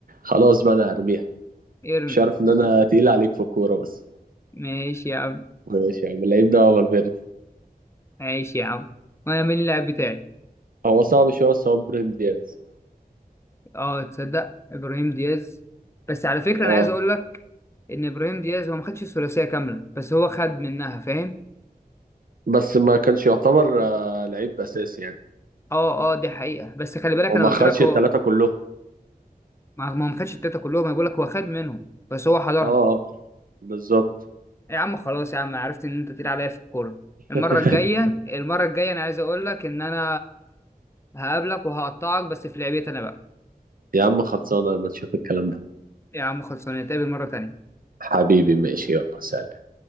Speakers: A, on the right; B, on the left.
A: خلاص بقى انا هرميها
B: ارمي
A: مش عارف ان انا تقيل عليك في الكورة بس
B: ماشي يا عم
A: ماشي يا عم اللعيب ده فالفيردي
B: ماشي يا عم وانا مين اللاعب بتاعي
A: هو صعب شويه بس هو ابراهيم دياز
B: اه تصدق ابراهيم دياز بس على فكره
A: اه
B: انا عايز اقول لك ان ابراهيم دياز هو ما خدش الثلاثيه كامله بس هو خد منها فاهم
A: بس ما كانش يعتبر آه، لعيب اساسي يعني
B: اه اه دي حقيقه بس خلي بالك
A: وما
B: انا قلت
A: خدش
B: لك هو
A: الثلاثه كلهم
B: ما ما ما خدش التلاته كلهم انا بقول لك هو خد منهم بس هو حضرها
A: اه آه، بالظبط
B: إيه يا عم خلاص يا عم عرفت ان انت تقيل عليا في الكوره المره
A: <laughs>
B: الجايه المره الجايه انا عايز اقول لك ان انا هقابلك وهقطعك بس في لعبتي انا بقى
A: يا عم خلصانه ما تشوف الكلام ده
B: يا عم خلصانه نتقابل مره تانية
A: حبيبي ماشي يلا سلام